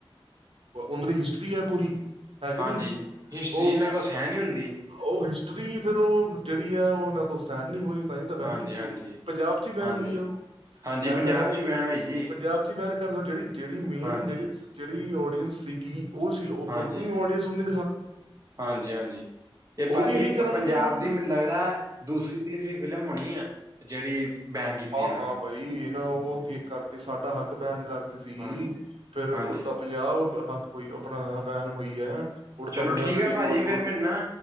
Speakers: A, on the right; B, on the right.
A: ਉਹਨਾਂ ਦੀ ਹਿਸਟਰੀ ਹੈ ਪੂਰੀ। ਹੈ ਕਿ
B: ਹਾਂਜੀ।
A: ਨਹੀਂ
B: ਹਿਸਟਰੀ
A: ਉਹ
B: ਇਹਨਾਂ ਕੋਲ ਸੈਣ ਨੀ ਹੁੰਦੀ।
A: ਉਹ ਹਿਸਟਰੀ, ਫੇਰ ਉਹ ਜਿਹੜੀ ਹੈ। ਉਹ ਉਹਨਾਂ ਤੋਂ ਸਹਿਣ ਨਹੀਂ ਹੋ ਰਹੀ। ਤ ਹੀ ਤਾਂ ਬੈਨ
B: ਹਾਂਜੀ
A: ਕੀਤੀ ਹੈ, ਪੰਜਾਬ ਚ ਹੀ ਬੈਨ
B: ਹਾਂਜੀ
A: ਹੋਈ ਹੈ ਉਹ
B: ਹਾਂਜੀ ਹਾਂਜੀ
A: ਇਹ
B: ਪੰਜਾਬ
A: ਤਾਂ ਹੈ ਨ
B: 'ਚ ਹੀ ਬੈਨ ਹੋਈ ਜੀ
A: ਪੰਜਾਬ। ਬੈਨ ਕਰ ਜਿਹੜੀ- ਜਿਹੜੀ ਮੇਨ
B: ਹਾਂਜੀ
A: ਜਿਹੜੀ- ਜਿਹੜੀ ਓਡੀਅੰਸ ਸੀਗੀ ਉਹ। ਉਹ
B: ਹਾਂਜੀ
A: ਉਨੇ ਹੀ ਆਡੀਓ ਸੁਣ।
B: ਹਾਂਜੀ- ਹਾਂਜੀ, ਇਹ
A: ਉਹ
B: ਭਾਜੀ
A: ਵੀ ਇਹੀ ਕਰਨਗੇ
B: ਪੰਜਾਬ
A: ਹੁਣ
B: ਦੀ ਮਿੱਟੀ। ਮੈਨੂੰ ਲੱਗਦਾ ਦੂਸਰੀ -ਤੀਸਰੀ ਫਿਲਮ ਹੋਣੀ ਹੈ ਜਿਹੜੀ। ਬੈਨ ਕੀਤੀ
A: ਹਾਂ-
B: ਇਹਨਾਂ
A: ਹਾਂ,
B: ਨੇ
A: ਬਾਈ ਇਹ ਨਾ ਉਹ
B: ਹਾਂਜੀ
A: ਕੀ ਕਰਤੀ ਸਾਡਾ ਹੱਕ ਬੈਨ ਕਰਤੀ ਸੀਗੀ।
B: ਹਾਂਜੀ
A: ਫੇਰ ਉੜਤਾ
B: ਹਾਂਜੀ
A: ਪੰਜਾਬ ਹੱਕ ਹੋਈ ਆਪਣਾ ਬੈਨ ਹੋਈ ਹੈ ਉੜਤਾ
B: ਚਲੋ
A: ਪੰਜਾਬ
B: ਠੀਕ
A: ਜਿਹੜੀ
B: ਆ ਭਾਜੀ
A: ਬੋਲੀਵੁੱਡ।
B: ਫਿਰ ਮੈਨੂੰ ਨਾ।